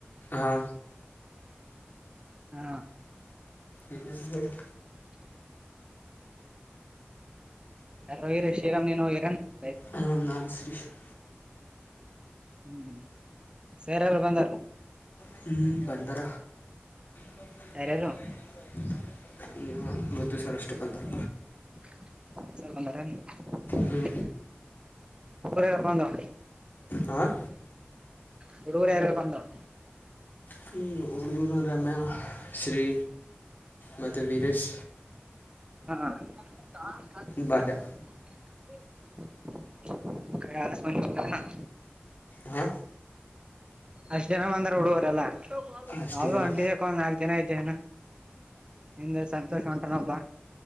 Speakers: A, on the left; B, on the right.
A: ಹಾ
B: ಹ
A: ಇನ್ನ <unintelligible>
B: <inaudible> ಯಾರ ಹೋಗಿರ ಶ್ರೀರಾಮ್ ನೀನು ಹೋಗಿರ ಏನ
A: ಹು ನಾನ ಶ್ರೀಶ <inaudible>
B: ಹು ಸರ್ ಯಾರ್ ಬಂದಾರ
A: ಹು ಬಂದಾರ <inaudible>
B: ಯಾರ್ಯಾರು
A: ಈವ <inaudible> ಮುತ್ತು ಸರ್ ಅಷ್ಟ ಬಂದಾರ
B: <unintelligible> ಸರ್ ಬಂದಾರ ಏನು <unintelligible>
A: ಹ್ಞೂ
B: ಹೂ ರೂ <unintelligible> ಬಂದವ
A: ಹಾಂ
B: ಹುಡುಗುರು ಯಾರ ಯಾರ ಬಂದಾರ
A: ಹು ಹಡುಗುರು ರಮ್ಯ ಶ್ರೀ
B: <inaudible>
A: ಮತ್ತು ವೀರೇಶ್
B: ಹಾ <unintelligible>
A: ಬಾಲ್ಯ
B: <inaudible> <unintelligible> ಬರೇ ಆರು ಮಂದಿ ಬಂದರ ಏನ
A: ಆ
B: ಅಷ್ಟ್ ಜನ ಬಂದಾರ ಹುಡುಗರೆಲ್ಲಾ
A: ಅಷ್ಟು
B: ನಾವು
A: ಜನ
B: ಹೊಂಟಿದೀ ಕಣೊ ನಾಲ್ಕ ಜನ ಇದೀವಿ ಇದೀವಿ ಇನ್ನ <unintelligible> <unintelligible> ನಿನ್ನೆ ಸಂತೋಷ ಉಂಟಾನೊಬ್ಬ